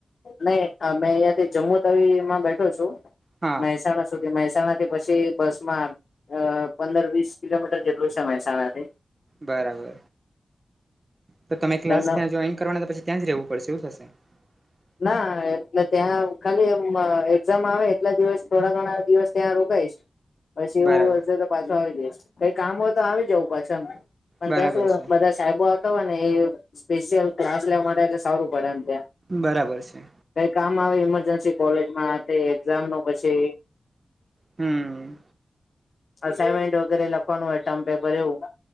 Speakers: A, on the left; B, on the right.
A: નહી મેં અહીંયાથી જમ્મુ તવીમાં બેઠો છું
B: હા
A: મહેસાણા સુધી. જે મહેસાણાથી પછી બસ માં પંદર વીસ કિલોમીટર જેટલું છે મહેસાણાથી.
B: બરાબર તો તમે ક્લાસ
A: એનો
B: ત્યાં જોઈન કરવાના તો પછી ત્યાં જ રહેવું પડશે એવું થશે. <inaudible>
A: ના એટલે ત્યાં ખાલી આમ એક્ઝામ આવે એટલા દિવસ થોડા ઘણા દિવસ ત્યાં રોકાઈશ. પછી
B: બરાબર
A: એવું હશે તો પાછો આવી જઈશ કઈ કામ હોય તો આવી જવું પાછો એમ. પણ
B: બરાબર
A: ત્યાં સુ
B: છે
A: બધા સાહેબો આવતા હોય ને એ સ્પેશિયલ ક્લાસ લેવા માટે એટલે સારું પડે એમ ત્યાં.
B: બરાબર છે.
A: કઈ કામ આવે ઇમરજન્સી કોલેજમાં તે એક્ઝામ નુ પછી.
B: હમ.
A: અસાઈનમેન્ટ વગેરે લખવાનું હોય ટર્મ પેપર એવું.